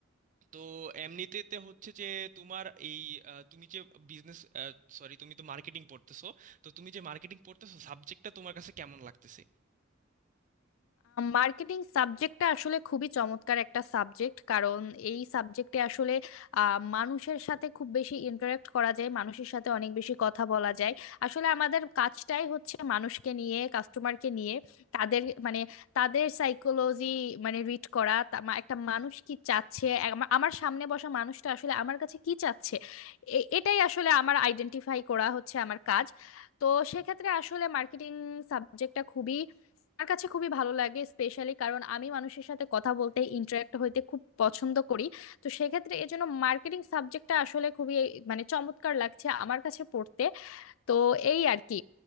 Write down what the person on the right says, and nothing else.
তো এমনিতেতে হচ্ছে যে তোমার এই আহ, তুমি যে বিজনেস সরি তুমি তো মার্কেটিং পড়তেছো তো তুমি যে মার্কেটিং পড়তেছো সাবজেক্টটা তোমার কাছে কেমন লাগতেছে